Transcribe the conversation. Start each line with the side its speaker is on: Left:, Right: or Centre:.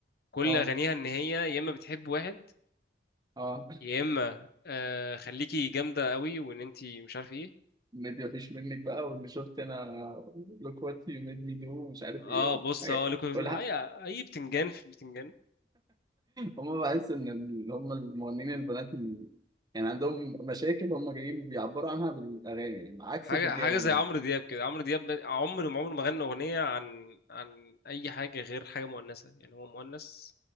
Left: كل
Right: اه
Left: اغانيها ان هي يا اما بتحب واحد
Right: اه
Left: يا اما آه خليكي جامده قوي وان انتي مش عارف ايه
Right: ميد مفيش منك بقى واللي شفت انا لوك وات يو ميد مي دو مش عارف
Left: اه
Right: ايه والحاجات
Left: بص اه لكم
Right: والح-
Left: اي اي بتنجان في بتنجان
Right: هم بحس ان اللي هم المغنيين البنات ال- يعني عندهم مشاكل هم جايين بيعبروا عنها بالاغاني عكس
Left: حاجه
Right: الرجاله
Left: حاجه زي
Right: مثلا
Left: عمرو دياب كده عمرو دياب ما- عمره ما عمره ما غنى اغنيه عن عن اي حاجه غير حاجه مؤنثه يعني هو مؤنث